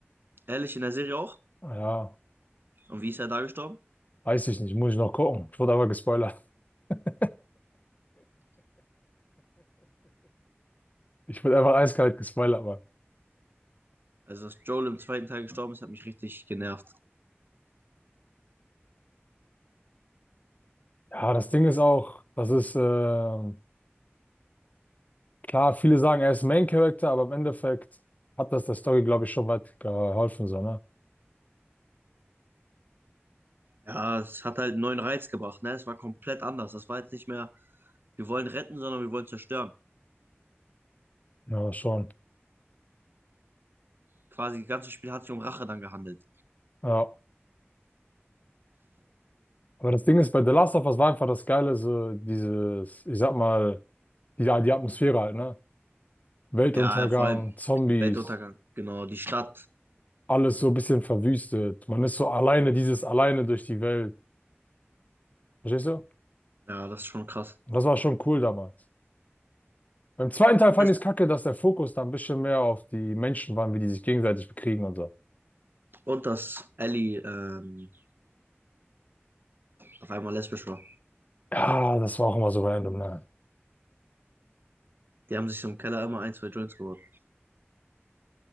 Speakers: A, on the right; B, on the left.
A: Ehrlich, in der Serie auch?
B: Ah Ja,
A: Und wie ist er da gestorben?
B: weiß ich nicht. Muss ich noch gucken. Ich wurde aber gespoilert. <laughs> Ich wurde einfach eiskalt gespoilert, aber.
A: Also, dass Joel im zweiten Teil gestorben ist, hat mich richtig genervt.
B: Ja, das Ding ist auch, das ist, ähm, klar, viele sagen, er ist Main Character, aber im Endeffekt hat das der Story, glaube ich, schon weit geholfen, so, ne?
A: Ja, es hat halt einen neuen Reiz gebracht, ne? Es war komplett anders. Das war jetzt nicht mehr, wir wollen retten, sondern wir wollen zerstören.
B: Ja, schon.
A: Quasi das ganze Spiel hat sich um Rache dann gehandelt.
B: Ja. Aber das Ding ist, bei The Last of Us war einfach das Geile, so dieses, ich sag mal, die, die Atmosphäre halt, ne? Weltuntergang,
A: Ja, ja, vor allem
B: Zombies,
A: Weltuntergang. Genau, die Stadt.
B: alles so ein bisschen verwüstet. Man ist so alleine, dieses alleine durch die Welt. Verstehst du?
A: Ja, das ist schon krass.
B: Und das war schon cool damals. Beim zweiten Teil fand
A: Das
B: ich
A: heißt,
B: es kacke, dass der Fokus da ein bisschen mehr auf die Menschen war, wie die sich gegenseitig bekriegen und so.
A: und dass Ellie ähm, auf einmal lesbisch war.
B: Ja, das war auch immer so random, ne?
A: Die haben sich so im Keller immer ein, zwei Joints geholt.